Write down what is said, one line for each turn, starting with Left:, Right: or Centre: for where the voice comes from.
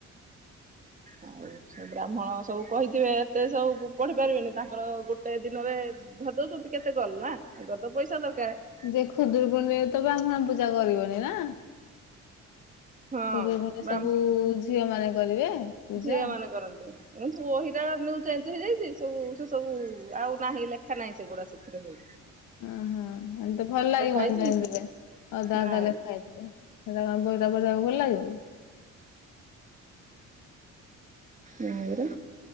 Right: ଆଉ ବ୍ରାହ୍ମଣ ସବୁ କହିଥିବେ ଏତେ ସବୁ ପଢି ପାରିବେନି ତାଙ୍କର ଗୋଟେ ଦିନରେ ଧର ଦଉଛନ୍ତି କେତେ କଲ୍ ନା ତାଙ୍କର ତ ପଇସା ଦରକାର।
Left: ଯେ ଖୁଦୁରୁକୁଣୀ ରେ ତ ବ୍ରାହ୍ମଣ ପୂଜା କରିବନି ନା।
Right: ହଁ
Left: ଯୋଉ ମାନେ
Right: ବ୍ରାହ୍ମ
Left: ସବୁ ଝିଅ ମାନେ କରିବେ। ପୂଜା
Right: ଝିଅ ମାନେ କରନ୍ତି। ପୁ ପହିଟା ନଉ ଚେଞ୍ଜ ହେଇଯାଇଛି ସବୁ ସେ ସବୁ ଆଉ ନାହିଁ ଲେଖା ନାହିଁ ସେଗୁଡା ସେ <unintelligible>
Left: ଉଁ ହୁଁ, ଏମ ତ ଭଲ ଲାଗିବନି
Right: ହେଇଛି
Left: ତ ଏମିତି କଲେ ମୁଁ ଜାଣିଥିବେ ଆଦା
Right: ନାଇଁ
Left: ଆଦା ଲେ ଖାଇଥିବେ। ସେଟା କଣ ବହି ଟା ପଢ଼ିବାକୁ ଭଲ୍ <unintelligible> <inaudible>
Right: ମୋର।